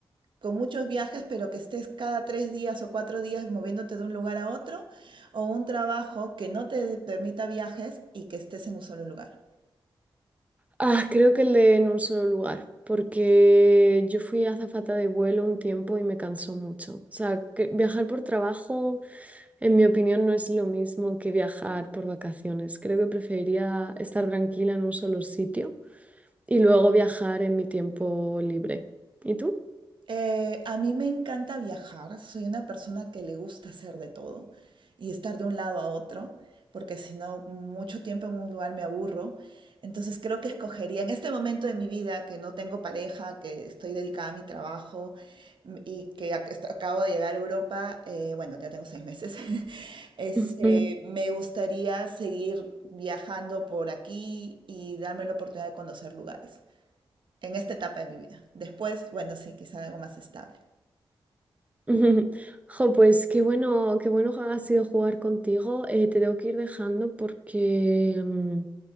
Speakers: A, on the right; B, on the right.
A: con muchos viajes, pero que estés cada tres días o cuatro días moviéndote de un lugar a otro, o un trabajo que no te permita viajes y que estés en un solo lugar.
B: Ah, creo que el de en un solo lugar, porque yo fui azafata de vuelo un tiempo y me cansó mucho. O sea, que viajar por trabajo, en mi opinión, no es lo mismo que viajar por vacaciones. Creo que preferiría estar tranquila en un solo sitio y luego viajar en mi tiempo libre. ¿Y tú?
A: Eh, a mí me encanta viajar, soy una persona que le gusta hacer de todo y estar de un lado a otro, porque si no, mucho tiempo en un lugar me aburro. Entonces creo que escogería en este momento de mi vida que no tengo pareja, que estoy dedicada a mi trabajo mm, y que ac- est- acabo de llegar a Europa, eh, bueno, ya tengo seis meses, <laughs> este,
B: <laughs>
A: me gustaría seguir viajando por aquí y darme la oportunidad de conocer lugares en esta etapa de mi vida. Después, bueno, sí, quizá algo más estable.
B: Ujú. Jo, pues qué bueno, qué bueno ha sido jugar contigo. Eh, te tengo que ir dejando porque, mm,